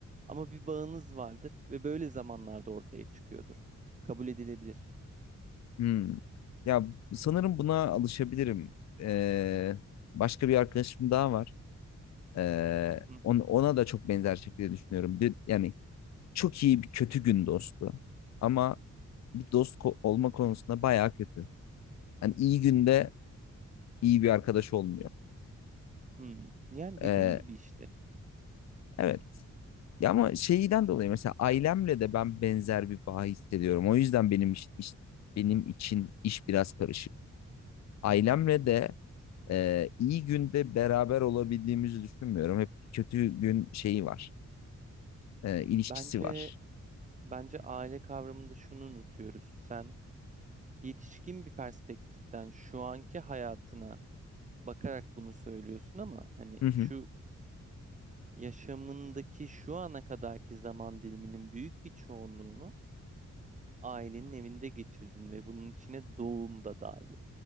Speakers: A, on the right; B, on the left.
A: Ama bir bağınız vardır ve böyle zamanlarda ortaya çıkıyordur. Kabul edilebilir.
B: Hmm. Ya sanırım buna alışabilirim. Ee, başka bir arkadaşım daha var. Ee,
A: Hı
B: on-
A: hı.
B: ona da çok benzer şekilde düşünüyorum. Bir- Yani çok iyi bir kötü gün dostu. Ama bir dost ko- olma konusunda bayağı kötü. Hani iyi günde iyi bir arkadaş olmuyor.
A: Hmm. Yani
B: Ee,
A: dediğim gibi işte.
B: evet. Ya ama şeyden dolayı mesela ailemle de ben benzer bir bağ hissediyorum. O yüzden benim iş, iş- benim için iş biraz karışık. Ailemle
A: Hmm.
B: de e, iyi günde beraber olabildiğimizi düşünmüyorum. Hep kötü gün şeyi var. e, ilişkisi
A: Bence
B: var.
A: bence aile kavramında şunu unutuyoruz. Sen yetişkin bir perspektiften şu anki hayatına bakarak bunu söylüyorsun ama hani
B: Hı hı.
A: şu yaşamındaki şu ana kadarki zaman diliminin büyük bir çoğunluğunu ailenin evinde geçirdin ve bunun içine doğum da dahil.